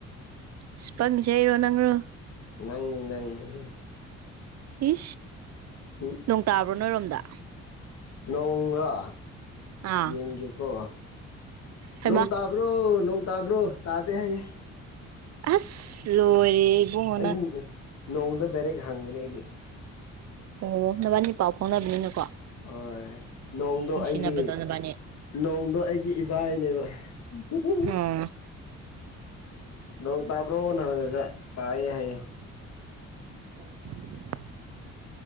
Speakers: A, on the right (about 60°); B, on the left (about 60°).
A: ꯏꯁꯄꯪꯁꯦ ꯏꯔꯣ ꯅꯪꯔꯣ
B: ꯅꯪꯅꯤ ꯅꯪꯅꯤ
A: ꯏ
B: ꯎꯝ
A: ꯅꯣꯡ ꯇꯥꯕ꯭ꯔꯣ ꯅꯣꯏꯔꯣꯝꯗ
B: ꯅꯣꯡꯥ
A: ꯑꯥ
B: ꯌꯦꯡꯒꯦꯀꯣ
A: ꯍꯩꯃꯥ
B: ꯅꯣꯡ ꯇ ꯇꯥꯕ꯭ꯔꯣ ꯅꯣꯡ ꯇꯥꯕ꯭ꯔꯣ ꯇꯥꯗꯦ ꯍꯥꯏꯌꯦ
A: ꯑꯁ ꯂꯣꯏꯔꯦ ꯏꯕꯨꯡꯉꯣ
B: ꯑꯩꯗꯤ
A: ꯅꯪ
B: ꯅꯣꯡꯗ ꯗꯥꯏꯔꯦꯛ ꯍꯪꯕꯅꯦ ꯑꯩꯗꯤ
A: ꯑꯣ ꯅꯕꯥꯅꯤ ꯄꯥꯎ ꯐꯥꯎꯅꯕꯅꯤꯅꯀꯣ
B: ꯍ ꯅꯣꯡꯗꯣ
A: ꯅꯨꯡꯁꯤꯅꯕꯗꯣ
B: ꯑꯩꯒꯤ
A: ꯅꯕꯥꯅꯤ
B: ꯅꯣꯡꯗꯣ ꯑꯩꯒꯤ ꯏꯕꯥꯏꯅꯦꯕ ꯎ
A: ꯎꯝ
B: ꯅꯣꯡ ꯇꯥꯕ꯭ꯔꯣ ꯅ ꯍꯪꯉꯒ ꯇꯥꯛꯑꯦ ꯍꯥꯏꯌꯦꯌꯦ
A: ꯑꯣ